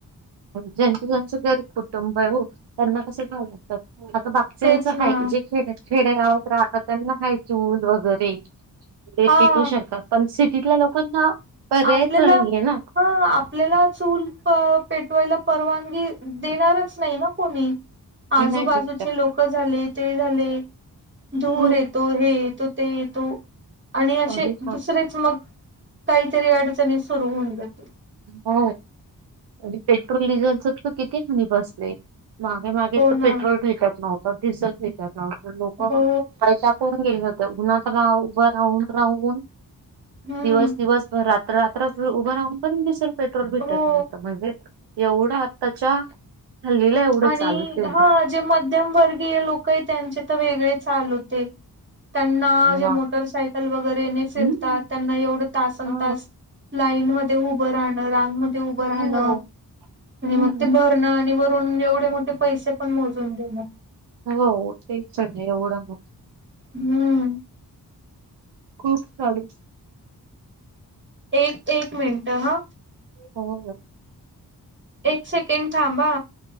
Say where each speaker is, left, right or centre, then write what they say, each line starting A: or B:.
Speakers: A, on the right; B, on the right.
A: ज्यांच ज्यांच गरीब कुटुंब आहे हो त्यांना कसे झा लागतात आता बाकी ज्यांचं
B: तेच
A: हा
B: ना
A: जे खेड खेड्यागावात राहतात त्यांना हाय चूल वगैरे ते
B: हा
A: पेटू शकतात पण सिटीतल्या लोकांना पर्यायच
B: आपल्याला
A: नाहीये ना
B: हा आपल्याला चूल पेटवायला परवानगी देणारच नाही ना कोणी आजूबाजूचे
A: ते नाही जिंकत
B: लोक झाले ते झाले धूर
A: हो
B: येतो हे य तो ते येतो आणि असे
A: अरे बाप-
B: दुसरेच मग री अडचणी सुरु होऊन जातील
A: हो आणि पेट्रोल डिझेलच तर किती म्हनी बसलंय मागे मागे
B: हो
A: तर
B: ना
A: पेट्रोल भेटात नव्हता डिझल भेटात लोक
B: हो
A: पैसा करून गेले होत उन्हातला उभं राहून राहून
B: हम्
A: दिवस दिवसर रात्र रात्र उभं राहून पण दिसेल पेट्रोल भेटायच
B: हो
A: नाही म एवढं आताच्या हल्लीला एवढं
B: आणि
A: चालू ते
B: हा जे मध्यम वर्गीय लोक त्यांचे तर वेगळे चाल होते त्यांना जे
A: ना.
B: मोटरसायकल वगैरे नाही फिरतात
A: हम्म.
B: त्यांना एवढं तासन
A: हा
B: तास लाईन मध्ये उभं राहणं रांगमध्येध्ये उभं राहणं
A: हो
B: आणि
A: हम्म.
B: मग ते भरणं आणि वरून एवढे मोठे पैसे पण मोजून देणं
A: हो ते चग आहे एवढं मग
B: हम्म.
A: खूप चालू
B: एक एक मिनट हा
A: हो
B: एक सेकं कन थांबा